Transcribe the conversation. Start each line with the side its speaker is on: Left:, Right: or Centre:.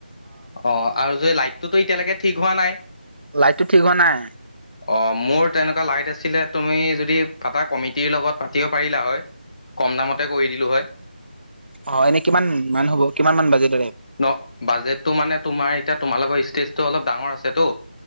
Left: অ আৰু যে লাইটটোতো এতিয়ালৈকে ঠিক হোৱা নাই?
Right: সেইটো ঠিক হোৱা নাই।
Left: অ মোৰ তেনেকুৱা লাইট আছিলে, তুমি যদি ফাতা কমিটিৰ লগত পাতিব পাৰিলা হয়। কম দামতে কৰি দিলো হয়।
Right: অ এনেই কিমান মান হ'ব, কিমান মান বাজেট?
Left: ন বাজেটটো মানে তোমাৰ এতিয়া তোমালোকৰ ষ্টেজটো অলপ ডাঙৰ আছেতো